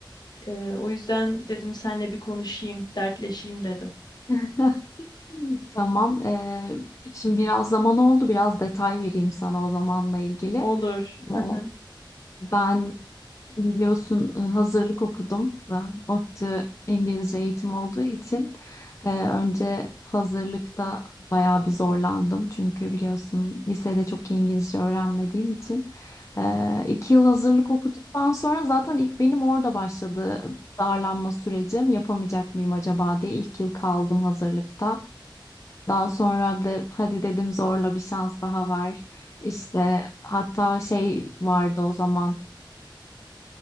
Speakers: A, on the left (about 55°); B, on the left (about 35°).
A: E, o yüzden dedim senle bir konuşayım, dertleşeyim dedim.
B: <laughs> Tamam. e, şimdi biraz zaman oldu. Biraz detay vereyim sana o zamanla ilgili.
A: Olur. <laughs>
B: O- Ben Biliyorsun e, hazırlık okudum. ve ODTÜ İngilizce eğitim olduğu için e, önce hazırlıkta bayağı bir zorlandım. Çünkü biliyorsun lisede çok iyi İngilizce öğrenmediğim için. E, iki yıl hazırlık okuduktan sonra zaten ilk benim orada başladı darlanma sürecim. Yapamayacak mıyım acaba diye ilk yıl kaldım hazırlıkta. Daha sonra da hadi dedim zorla bir şans daha var. İşte hatta şey vardı o zaman